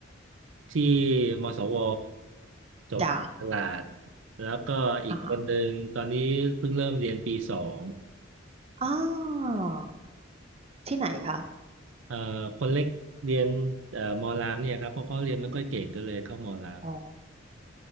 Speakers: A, on the right; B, on the right.
A: ที่มศวจบตลาด
B: จ้า
A: แล้วก็อีกคนหนึ่งตอนนี้เพิ่งเริ่มเรียนปีสอง
B: อ่าฮะอ้าวที่ไหนคะ
A: เอ่อคนเล็กเรียนเอ่อมอรามเนี่ยครับเพราะเขาเรียนไม่ค่อยเก่งก็เลยเข้ามอราม
B: อ๋อ